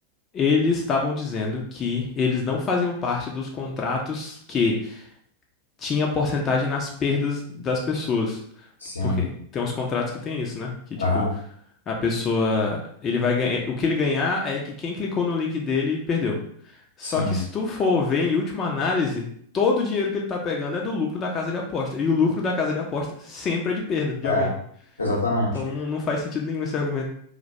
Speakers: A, on the left; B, on the left.
A: eles estavam dizendo que eles não faziam parte dos contratos que tinha porcentagem nas perdas das pessoas.
B: sim.
A: Porque tem uns contratos que tem isso, né? Que tipo,
B: Aham,
A: a pessoa, ele vai ganhar, o que ele ganhar é que quem clicou no link dele perdeu. Só
B: sim.
A: que se tu for ver em última análise, todo o dinheiro que ele tá pegando é do lucro da casa de aposta. E o lucro da casa de aposta sempre é de perda de
B: É,
A: alguém.
B: exatamente.
A: Então não, não faz sentido nenhum esse argumento.